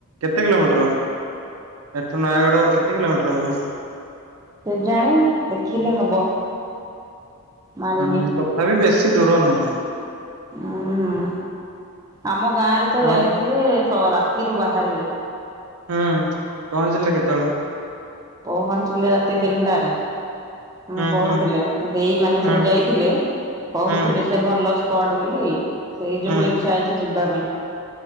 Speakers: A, on the right; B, on the right.
A: କେତେ କିଲୋମିଟର୍? ଏଠୁ ନୟାଗଡ଼ କେତେ କିଲୋମିଟର୍ ହବ?
B: କେଜାଣି ଦେଖିଲେ ହବ। ମାରିକି
A: ଅଁ ଉଁ ତଥାବି ବେଶୀ ଦୂର ନୁହଁ।
B: ଉୁଁ ହୁଁ ଆମ ଗାଁରେତ
A: ଆଉ
B: ଯାଇଥିଲେ ସ ରାତିରୁ ବାହାରିଲେ।
A: ହୁଁ ପହଞ୍ଚିଲେ କେତେବେଳେ?
B: ପହଞ୍ଚିଲେ ରାତି ତିନିଟାରେ। ଉଁ
A: ହୁଁ
B: କହୁଥିଲେ
A: ହୁଁ
B: ଦେଇ ମାନେ
A: ହୁଁ
B: ସବୁ ଯାଇଥିଲେ କହୁଥିଲେ
A: ହୁଁ
B: ସେ ଭଲ ସ୍ପଟ୍ ବୋଲି ସେଇଯୋଗୁ
A: ହୁଁ
B: ଇଚ୍ଛା ହେଇଚି ଯିବା ପାଇଁ।